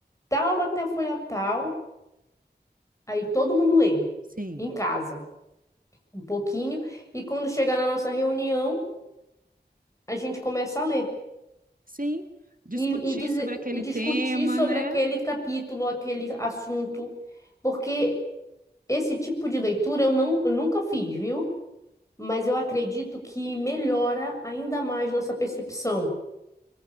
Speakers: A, on the left; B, on the right.
A: tal até a folha tal, aí todo mundo lê
B: Sim,
A: em casa. um pouquinho, e quando chegar na nossa reunião, a gente começa a ler
B: sim. Discutir
A: e, e, dizer-
B: sobre aquele
A: e discutir
B: tema,
A: sobre
B: né?
A: aquele capítulo, aquele assunto, porque esse tipo de leitura eu, não, eu nunca fiz, viu? Mas eu acredito que melhora ainda mais nossa percepção,